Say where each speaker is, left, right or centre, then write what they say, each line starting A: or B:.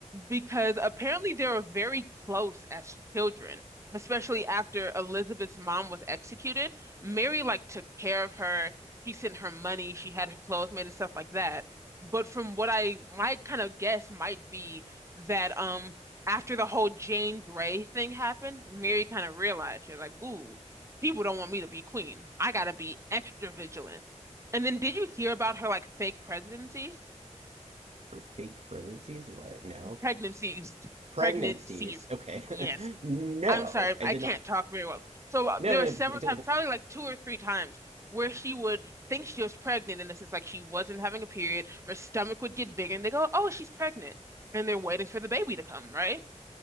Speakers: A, on the right; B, on the right.
A: because apparently they were very close as children, especially after Elizabeth's mom was executed. Mary like took care of her. He sent her money. She had her clothes made and stuff like that. But from what I might kind of guess might be that um after the whole Jane Grey thing happened, Mary kind of realized she was like, "Ooh, people don't want me to be queen. I gotta be extra vigilant." And then did you hear about her like fake presidencies?
B: Her fake pregnancies? What? No.
A: Pregnancies.
B: Pregnancies.
A: Pregnancies.
B: Okay.
A: Yes.
B: <laughs> No,
A: I'm sorry,
B: I
A: I
B: did
A: can't
B: not.
A: talk very well. So uh,
B: No.
A: there
B: no.
A: were several times, probably like two or three times, where she would think she was pregnant, and this is like she wasn't having a period. Her stomach would get bigger, and they go, "Oh, she's pregnant," and they're waiting for the baby to come, right?